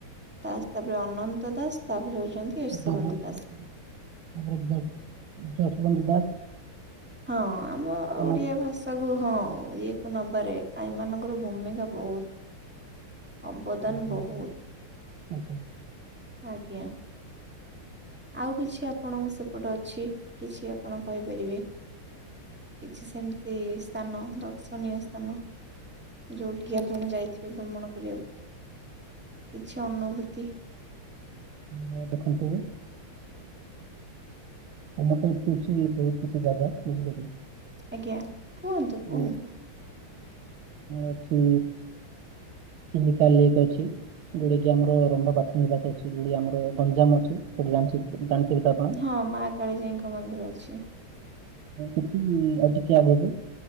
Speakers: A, in the centre; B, on the right.
A: ଦାସ ତାପରେ ଅନନ୍ତ ଦାସ ତାପରେ ହଉଛନ୍ତି
B: ଦଶ
A: ୟଶୋବନ୍ତ
B: ବନ୍ଦ
A: ଦାସ।
B: ବା ତାପରେ ଯ ଯଶୋବନ୍ତ ଦାସ
A: ହଁ ଆମ
B: ବଡ
A: ଓଡିଆ ଭାଷ ତାକୁ ହଁ ଇଏକୁ ନବାରେ ଏମାନଙ୍କର ଭୂମିକା ବହୁତ। ଅବଦାନ
B: ଭୂମିକା
A: ବହୁତ।
B: ଅଛି ଆଚ୍ଛା।
A: ଆଜ୍ଞା ଆଉ କିଛି ଆପଣଙ୍କ ସ ସେପଟେ ଅଛି କିଛି ଆପଣ କହିପାରିବେ? କିଛି ସେମିତି ସ୍ଥାନ ଦର୍ଶନୀୟ ସ୍ଥାନ ଯୋଉଠିକି ଆପଣ ଯାଇଥି ବେ ଭ୍ରମଣ କରିବାକୁ କିଛି ଅନୁଭୂତି
B: ହଁ ଦେଖନ୍ତୁ ଆମର ତ ଏଠି ଅଛି ବହୁତୁ କିଛି ଜାଗା ବୁଝିଲେ କି?
A: ଆଜ୍ଞା। କୁହନ୍ତୁ କୁହନ୍ତୁ।
B: ଉଁ, ଅଛି। ଚିଲିକା ଲେକେ ଅଛି। ଯୋଉଟା କି ଆମର ରମ୍ବା ପ୍ରାଥମିକ ଘାତ ଅଛି। ଯୋଉଟା କି ଆମର ଗଞ୍ଜାମ ଅଛି। ସେଠି ଜାଣିଚିକି ଜାଣିଚ କି ଆପଣ?
A: ହଁ ମା କାଳିଜାଇଙ୍କ ମନ୍ଦିର ଅଛି।
B: କିଛି ଆଜି ଚା ରେଟେ?